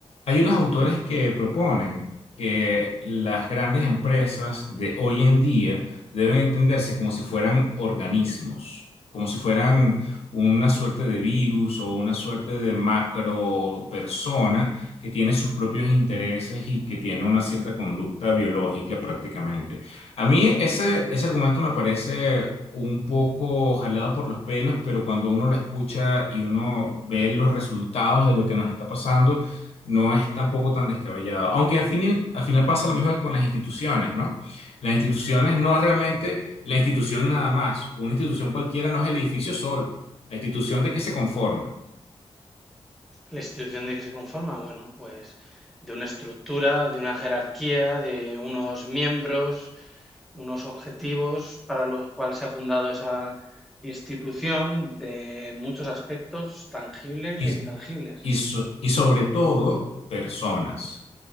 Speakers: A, on the left (about 70°); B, in the centre.
A: Hay unos autores que proponen que las grandes empresas de hoy en día deben entenderse como si fueran organismos, como si fueran una suerte de virus o una suerte de macro persona que tiene sus propios intereses y que tiene una cierta conducta biológica prácticamente. A mí ese, ese argumento me parece un poco jalado por los pelos, pero cuando uno lo escucha y uno ve los resultados de lo que nos está pasando, no es tampoco tan descabellado. Aunque al final, al final pasa lo mismo que con las instituciones, ¿no? Las instituciones no es realmente la institución nada más. Una institución cualquiera no es el edificio solo. La institución de qué se conforma.
B: La institución de que se conforma, bueno, pues de una estructura, de una jerarquía, de unos miembros, unos objetivos para los cuales se ha fundado esa institución de muchos aspectos tangibles
A: Y,
B: e intangibles.
A: y, so- y sobre todo, personas.